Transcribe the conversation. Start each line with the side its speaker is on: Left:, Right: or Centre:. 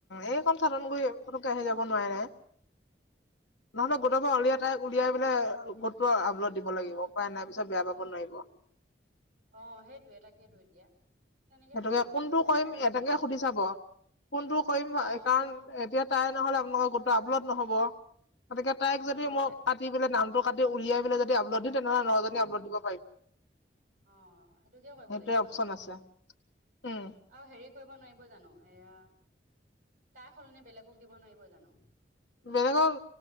Left: এই কন চাটন <unintelligible> <unintelligible> আহি যাব নোৱাৰে নে? নহলে গোটৰ পৰা উলিয়াই তাই উলিয়াই পেলাই <unintelligible> আপলোড দিব লাগিব উপায় নাই পিছত বেয়া পাব নোৱাৰিব।
Right: অ, সেইটোয়ে তাকেইেতো এতিয়া। তেনেকে
Left: সেইটোকে
Right: কৰি দিব
Left: কোনটো
Right: লাগিব এতিয়া
Left: কৰিম
Right: উপায় নাই
Left: এনেকে
Right: নহয়
Left: সুধি চাব কোনটো কৰিম
Right: অ
Left: কাৰণ এতিয়া তাই নহলে আপোনালোকৰ গোটটো আপলোড নহ'ব। গতিকে তাইক যদি
Right: অ
Left: মই
Right: তাই
Left: কাতি পেলাই নামটো কাটি উলিয়াই পেলাই যদি আপলোড দিম তেনেহ'লে নজনী আপলোড দিব পাৰিম।
Right: অ, সেইটোকে কৰিব
Left: সেইটোৱে
Right: লাগিব
Left: অপচন
Right: নহলে।
Left: আছে উম
Right: আৰু হেৰি কৰিব নোৱাৰিব জানো এয়া তাৰ সলনি বেলেগক দিব নোৱাৰিব জানো?
Left: বেলেগক